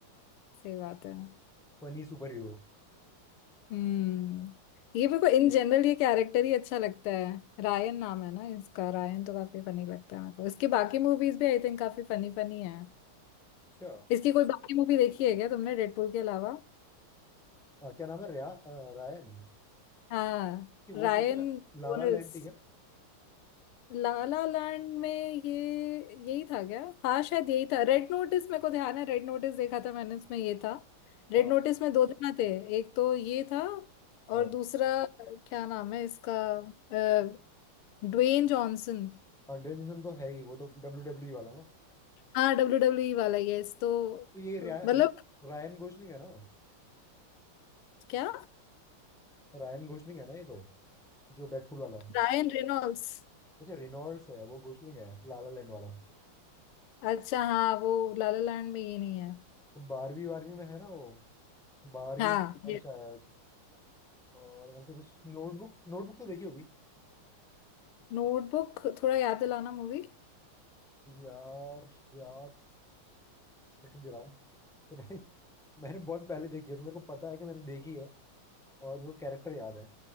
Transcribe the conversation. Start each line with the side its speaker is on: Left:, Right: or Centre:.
Left: सही बात है
Centre: Funny super hero
Left: हम्म ये मेरे को इन जनरल ये कैरेक्टर ही अच्छा लगता है रायन नाम है ना इसका रायन तो काफी फनी लगता है मेरे को इसके बाकी मूवीज भी आई थिंक काफी फनी फनी है
Centre: अच्छा
Left: इसकी कोई बाकी मूवी देखी है क्या तुमने डेडपूल के अलावा
Centre: हाँ क्या नाम है रिया अ, रायन
Left: हाँ
Centre: कि
Left: रायन
Centre: वो थी क्या लाला
Left: रोनल्ड्स
Centre: लैंड थी क्या
Left: ला ला लैंड में ये यही था क्या हाँ शायद यही था रेड नोटिस मेरे को ध्यान है रेड नोटिस देखा था मैंने इसमें ये था रेड
Centre: हाँ
Left: नोटिस में दो जना थे एक तो ये था और
Centre: हाँ
Left: दूसरा क्या नाम है इसका अ, ड्वेन जॉनसन
Centre: हाँ डेनिसन तो है ही वो तो डब्ल्यू डब्ल्यू वाला ना
Left: हाँ डब्ल्यू डब्ल्यू ई वाला यस तो
Centre: तो ये रिया,
Left: मतलब
Centre: रायन गोसलिंग है ना
Left: क्या
Centre: रायन गोसलिंग है ना ये तो जो डेडपुल वाला है
Left: Ryan Reynolds
Centre: अच्छा रिनॉल्ड्स है वो गोसलिंग है लाला लैंड वाला
Left: अच्छा हाँ वो लाला लैंड में ये नहीं है
Centre: तो बारहवीं बारहवीं में है ना वो बारहवीं
Left: हाँ
Centre: में शायद और ऐसे कुछ नोटबुक नोटबुक तो देखी होगी
Left: नोटबुक थोड़ा याद दिलाना मूवी
Centre: यार याद कैसे दिलाऊं पता नहीं मैंने बहुत पहले देखी है तो मेरे को पता है कि मैंने देखी है और वो कैरेक्टर याद है